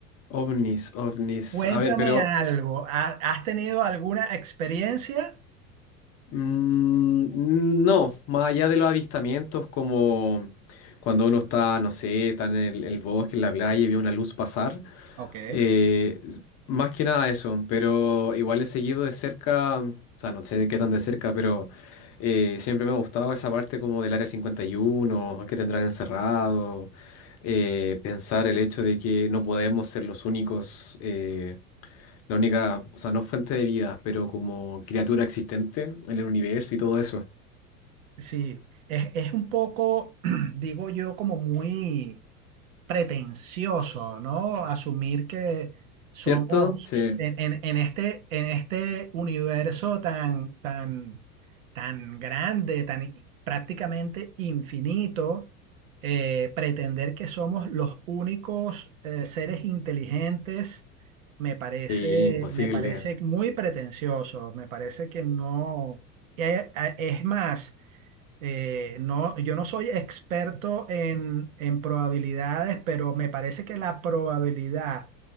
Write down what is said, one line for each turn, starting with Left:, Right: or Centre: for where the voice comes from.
Left: OVNIs, OVNIs.
Right: cuéntame
Left: A ver, pero
Right: algo, ¿ha- ¿has tenido alguna experiencia?
Left: Mm, No, más allá de los avistamientos, como cuando uno está, no sé, está en el, el bosque, en la playa y ve una luz pasar,
Right: Ok.
Left: eh, s- más que nada eso, pero igual he seguido de cerca, o sea, no sé de qué tan de cerca, pero eh, siempre me ha gustado esa parte como del Área cincuenta y uno que tendrán encerrado, eh, pensar el hecho de que no podemos ser los únicos. eh, la única, o sea, no fuente de vida, pero como criatura existente en el universo y todo eso.
Right: Sí, es, es un poco, <clears throat> digo yo, como muy pretencioso, ¿no? Asumir que
Left: ¿Cierto?
Right: somos
Left: Sí.
Right: en, en- en este, en este universo tan, tan, tan grande, tan i- prácticamente infinito, eh, pretender que somos los únicos eh, seres inteligentes. Me parece,
Left: Sí, imposible,
Right: me parece muy pretencioso, me parece que no. Eh, eh, Es más, eh, no, yo no soy experto en, en probabilidades, pero me parece que la probabilidad